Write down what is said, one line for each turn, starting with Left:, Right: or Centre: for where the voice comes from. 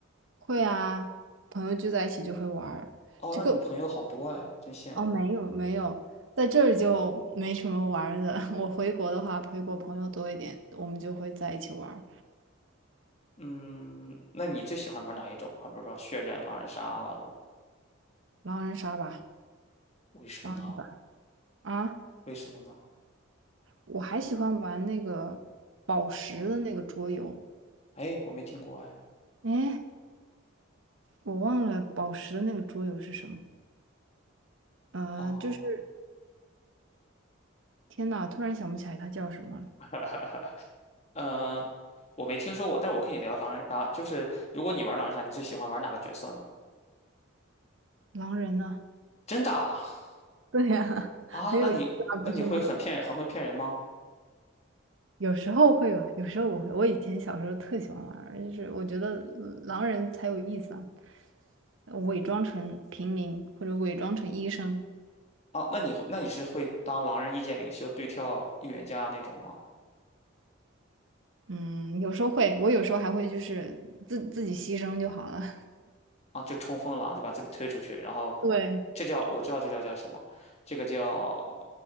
Right: 会啊，朋友聚在一起就会玩儿。
Left: 哦，
Right: 这个
Left: 那你们朋友好多哎，真羡慕。
Right: 哦，没有没有，在这儿就没什么玩儿的。<laughs> 我回国的话，回国朋友多一点，我们就会在一起玩儿
Left: 嗯，那你最喜欢玩哪一种？还比如说血战、狼人杀、阿瓦隆？
Right: 狼人杀吧。
Left: 为什么呢？
Right: 狼啊，
Left: 为什么呢？
Right: 我还喜欢玩那个宝石的那个桌游。
Left: 哎，我没听过哎。
Right: 哎，我忘了宝石的那个桌游是什么。呃，
Left: 哦，
Right: 就是。天呐，突然想不起来他叫什么了。
Left: <laughs> 呃，我没听说过，但我可以聊狼人杀，就是如果你玩狼人杀，你最喜欢玩哪个角色呢？
Right: 狼人呢？
Left: 真的啊？
Right: <laughs> 对呀，
Left: 啊那你那你会很骗人很会骗人吗？
Right: <laughs> 很有意思啊，不是吗？有时候会吧，有时候不会。我以前小时候特喜欢玩儿就是我觉得呃狼人才有意思啊，伪装成平民或者伪装成医生，
Left: 哦，那你会那你是会当狼人意见领袖对跳预言家那种吗？
Right: 嗯，有时候会，我有时候还会就是自自己牺牲就好了。
Left: 啊，就冲锋狼，就把自己推出去，然后
Right: <laughs> 对，
Left: 这叫我知道这叫叫什么，这个叫